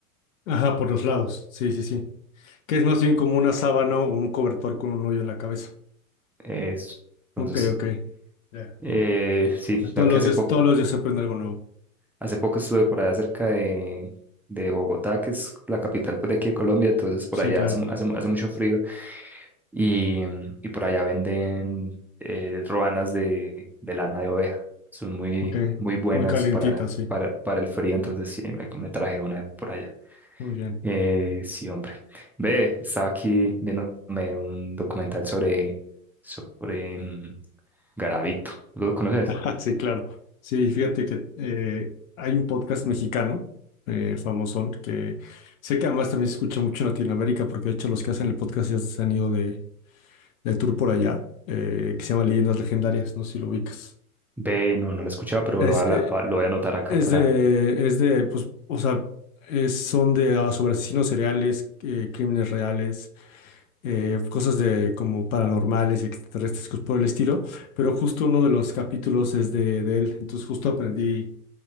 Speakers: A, on the left; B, in the centre.
A: Ajá, por los lados. Sí, sí, sí. Que es más bien como una sábana o un cobertor con un hoyo en la cabeza.
B: eso. Entonces,
A: Ok, ok. Ya.
B: Eh, sí,
A: Todos
B: la que
A: los
B: hace
A: días,
B: poco,
A: todos los días se aprende algo nuevo.
B: hace poco estuve por allá cerca de, de Bogotá, que es la capital pues, de aquí de Colombia, entonces por
A: Sí,
B: allá
A: claro.
B: hace, mu- hace, mu- hace mucho frío y, y por allá venden eh, roanas de, de lana de oveja. Son muy,
A: Ok.
B: muy buenas
A: Muy calientita,
B: para,
A: sí.
B: para, para el frío, entonces sí, me, me traje una de por allá.
A: Muy bien.
B: Eh, sí, hombre. Ve, estaba aquí viéndome un documental sobre, sobre mm, Garavito. ¿Lo conoces?
A: <laughs> Ajá, Sí, claro. Sí, fíjate que eh, hay un podcast mexicano, eh, famosón, que sé que además también se escucha mucho en Latinoamérica, porque de hecho los que hacen el podcast ya se han ido de, de tour por allá, eh, que se llama Leyendas Legendarias, no sé si lo ubicas.
B: Ve, no, no lo he escuchado, pero
A: Es,
B: lo, voy a
A: eh,
B: la- lo, lo voy a anotar acá
A: es
B: para...
A: de, es de, pues, o sea, es- son de ah, sobre asesinos seriales, eh, crímenes reales, eh, cosas de como paranormales y extraterrestres, cosas por el estilo, pero justo uno de los capítulos es de, de él, entonces justo aprendí.